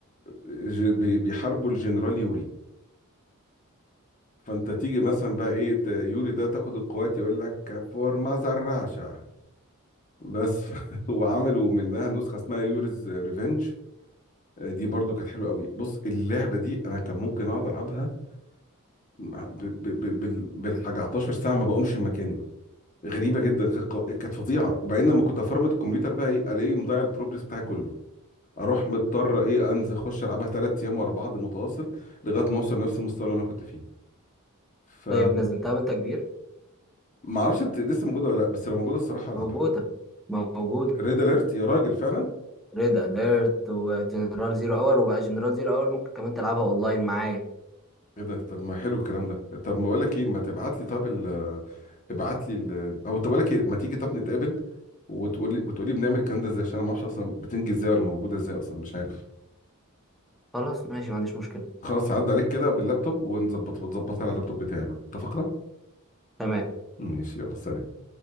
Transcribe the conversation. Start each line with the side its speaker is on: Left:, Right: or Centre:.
Left: ج- بي- بيحاربوا الجنرال يوري فانت تيجي مثلا بقى ايه ت- يوري ده تاخد القوات يقول لك فور ماذر راشا بس <laughs> وعملوا منها نسخة اسمها يوريز ريفنج دي برضو كانت حلوة قوي بص اللعبة دي انا كان ممكن اقعد العبها مع- ب- ب- ب- بال- بالحاجة 11 ساعة ما بقومش من مكاني غريبة جدا كانت قو- كانت فظيعة وبعدين لما كنت افرمت الكمبيوتر بقى ايه الاقيه مضيع البروجرس بتاعي كله اروح مضطر ايه انزل اخش العبها ثلاث ايام ورا بعض متواصل لغايه ما اوصل نفس المستوى اللي انا كنت فيه فما
Centre: طيب نزلتها وانت كبير
Left: اعرفش بت... لسه موجوده ولا لا بس لو موجوده الصراحه العبها
Centre: موجودة موجودة
Left: ريد اليرت يا راجل فعلا
Centre: ريد اليرت وجنرال زيرو اور وبقى جنرال زيرو اور ممكن كمان تلعبها اونلاين معايا
Left: ايه ده طب ما حلو الكلام ده طب ما اقول لك ايه ما تبعت لي طب ال... ابعت لي ال... او طب اقول لك ايه ما تيجي طب نتقابل وتقولي وتقولي بنعمل الكلام ده ازاي عشان انا ما اعرفش اصلا بتنجي ازاي ولا موجوده ازاي اصلا مش عارف
Centre: خلاص ماشي ما عنديش مشكلة
Left: خلاص عدى عليك كده باللابتوب ونظبط وتظبطها على اللابتوب بتاعي بقى اتفقنا
Centre: تمام
Left: ماشي يلا سلام